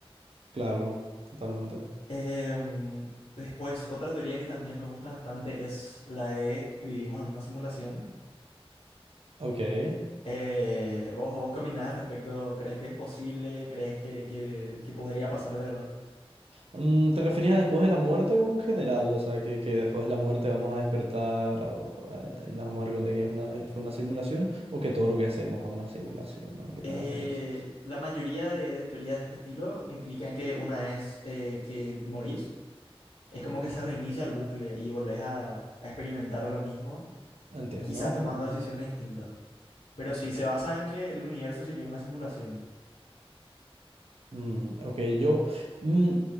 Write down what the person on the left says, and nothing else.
Em, después, otra teoría que también me gusta bastante es la de vivimos en una simulación.
Eh, ¿vos, vos qué opinás al respecto? ¿Crees que es posible? ¿Crees que, que- que podría pasar de verdad?
Eh,
la mayoría de, de teorías de este estilo implican que una vez eh, que morís, es como que se reinicia el bucle y volvés a, a experimentar lo mismo,
quizás tomando
decisiones distintas. Pero sí, se basa en que el universo sería una simulación.